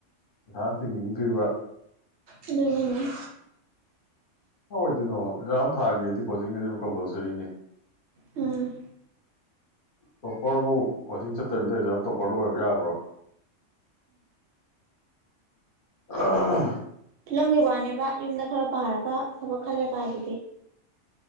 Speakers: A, on the left; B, on the right.
A: ꯄꯩꯁꯥ ꯇꯤꯡꯅꯤꯡꯗ꯭ꯔꯤꯕ
B: ꯑꯗꯨꯅꯤꯅꯦ
A: ꯍ ꯑꯣꯏꯗꯣꯏꯅꯣ ꯑꯦꯛꯖꯥꯝ ꯊꯥꯒꯦꯗꯤ ꯀꯣꯆꯤꯡ ꯑꯁꯤꯕꯨ ꯀꯝꯄꯜꯁꯔꯤꯅꯤ
B: ꯎꯝ
A: ꯇꯣꯞꯄꯔꯕꯨ ꯀꯣꯆꯤꯡ ꯆꯠꯇꯕꯤꯗ ꯑꯦꯛꯖꯥꯝ ꯇꯣꯞꯄꯔꯗ ꯑꯣꯏꯕ ꯌꯥꯕ꯭ꯔꯣ ꯑꯍꯍꯍ
B: ꯐꯤꯂꯝꯒꯤ ꯋꯥꯅꯦꯕ ꯌꯨꯝꯗ ꯈꯔ ꯄꯥꯔꯒ ꯊꯕꯛ ꯈꯜꯂꯒ ꯑꯗꯨꯗꯤ